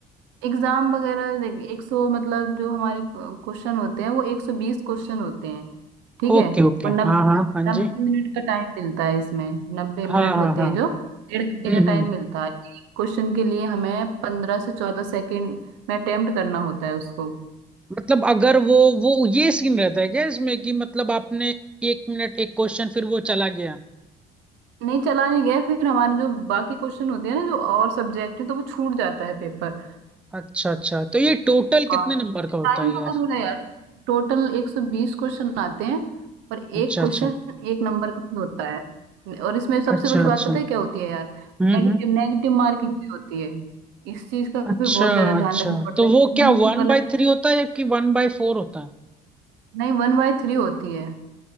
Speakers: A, on the right (about 75°); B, in the centre.
A: एग्जाम वगैरह देख एक सौ मतलब जो हमारे क्वेश्चन होते हैं वो एक सौ बीस क्वेश्चन होते हैं ठीक
B: ओके
A: है
B: ओके
A: और नब्बे
B: हाँ हाँ हाँ
A: नब्बे
B: जी
A: मिनट का टाइम मिलता है इसमें नब्बे मिनट
B: हाँ हाँ
A: होते
B: हाँ
A: हैं जो डेढ़ घंटे
B: हम्म
A: का
B: हम्म
A: टाइम मिलता है एक क्वेश्चन के लिए हमें पंद्रह से चौदह सेकेंड में अटेम्प्ट करना होता है उसको
B: मतलब अगर वो वो ये सीन रहता है क्या इसमें कि मतलब आपने एक मिनट एक क्वेश्चन फिर वो चला गया
A: नहीं चला नहीं गया फिर हमारे जो बाकी क्वेश्चन होते हैं ना जो और सब्जेक्ट है तो वो छूट जाता है पेपर
B: अच्छा अच्छा तो ये टोटल
A: हाँ
B: कितने नंबर
A: टाइम
B: का होता है
A: बहुत
B: यार
A: हो रहा है यार टोटल 120 क्वेश्चन आते हैं और एक
B: अच्छा
A: क्वेश्चन
B: अच्छा
A: एक नंबर का भी होता है और इसमें सबसे
B: अच्छा
A: बड़ी बात
B: अच्छा
A: पता है क्या होती है यार
B: हम्म
A: नेगेटिव
B: हम्म
A: नेगेटिव मार्किंग भी होती है इस चीज का
B: अच्छा
A: फिर बहुत ज्यादा ध्यान
B: अच्छा
A: रखना पड़ता
B: तो
A: है
B: वो क्या वन
A: गलत
B: बाई थ्री होता है या कि वन बाई फोर होता है
A: नहीं वन बाय थ्री होती है